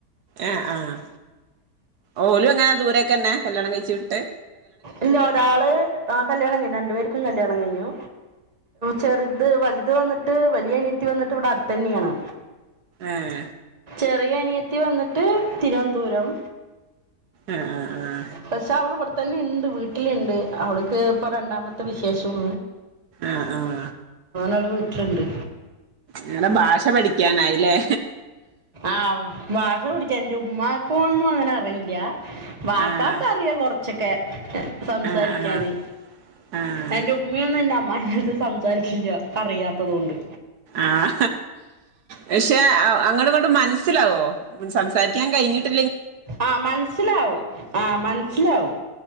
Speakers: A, on the right; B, on the right.
A: ആ ആഹ് ഓലും എങ്ങനെ ദൂരൊക്കെ തന്നെ കല്യാണം കഴിച്ചു വിട്ട്
B: ഇല്ല ഒരാള് ആ കല്യാണം കഴിഞ്ഞു രണ്ടു പേർക്കും കല്യാണം കഴിഞ്ഞു ചെറുത് വലുത് വന്നിട്ട് വലിയ അനീത്തി വന്നിട്ട് ഇവിടെ അടുത്തന്നെയാണ്
A: ആഹ
B: ചെറിയ അനിയത്തി വന്നിട്ട് തിരുവനന്തപുരം
A: ആഹ് ആഹ് ആഹ്
B: പക്ഷേ അവള് ഇവിടെത തന്നെയുണ്ട് വീട്ടിലുണ്ട് അവൾക്ക് ഇപ്പോൾ രണ്ടാമത്തെ വിശേഷം
A: ആഹ ആഹ
B: അവള് വീട്ടിലുണ്ട്
A: ഞങ്ങടെ ഭാഷ പഠിക്ക ക്കാനായില്ലേ
B: ആഹ് ഭാഷ പഠി എന്റെ ഉമ്മക്കൊന്നും അങ്ങനെ അറിയില്ല വാപ്പക്ക്
A: ആഹ്
B: അറിയാം കൊറച്ചൊക്കെ സംസാരിക്കാന്
A: ആഹ് ആഹ് ആഹ്
B: എന്റെ ഉമ്മിയാണ് എന്നെ അമ് മ്മിത് സംസാരിക്കില്ല അറിയാത്തതുകൊണ്ട്
A: ആഹ പക്ഷെ അങ്ങട് കൊണ്ട് മനസ്സിലാവോ സംസാരിക്കാൻ കഴിഞ്ഞിട്ട്
B: ആഹ മനസ്സിലാവും ആഹ മനസ്സിലാവും